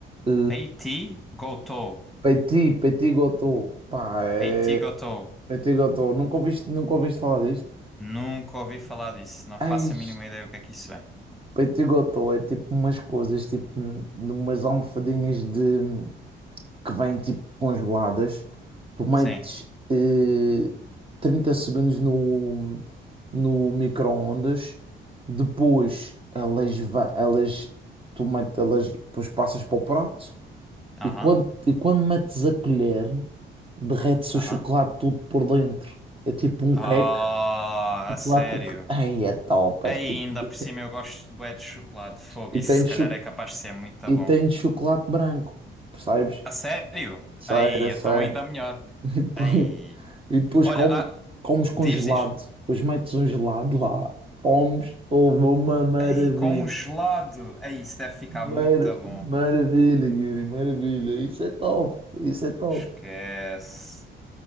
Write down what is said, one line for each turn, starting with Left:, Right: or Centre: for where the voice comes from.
Right: eh,
Centre: Peiti Gotou.
Right: petit, petit gâteau. Pá, é.
Centre: Peiti Gotou.
Right: Petit gâteau. Nunca ouviste, nunca ouviste falar disto?
Centre: Nunca ouvi falar disso, não faço
Right: Ai,
Centre: a mínima ideia o que é que isso é.
Right: Peito e gotó é tipo umas coisas, tipo de umas almofadinhas de que vêm tipo congeladas. Tu metes
Centre: Sim.
Right: eh, 30 segundos no, no micro-ondas, depois elas, va- elas, tu metes, elas depois passas para o prato
Centre: Aham.
Right: e quando, e quando metes a colher, derrete-se
Centre: Aham.
Right: o chocolate tudo por dentro. É tipo um
Centre: Ah,
Right: cake,
Centre: a sério.
Right: chocolate. a derre- Ai, é top!
Centre: Aí,
Right: é- tipo-
Centre: ainda
Right: e
Centre: por
Right: tem,
Centre: cima eu gosto de bué de chocolate de fogo.
Right: e
Centre: Isso
Right: tem,
Centre: se
Right: cho-
Centre: calhar é capaz de ser muito
Right: e
Centre: bom.
Right: tem de chocolate branco, percebes?
Centre: A sério?
Right: Sério,
Centre: Aí,
Right: sério.
Centre: então ainda
Right: <laughs>
Centre: melhor.
Right: E depois,
Centre: Aí.
Right: e depois
Centre: Olha,
Right: come-
Centre: ah,
Right: comes com
Centre: diz,
Right: gelado.
Centre: diz.
Right: Depois metes um gelado lá, comes, houve uma maravilha.
Centre: Aí, com um gelado. Aí, isso deve ficar
Right: Mar-
Centre: muito bom.
Right: maravilha, Yuri, maravilha. Isso é top, isso é top.
Centre: Esquece.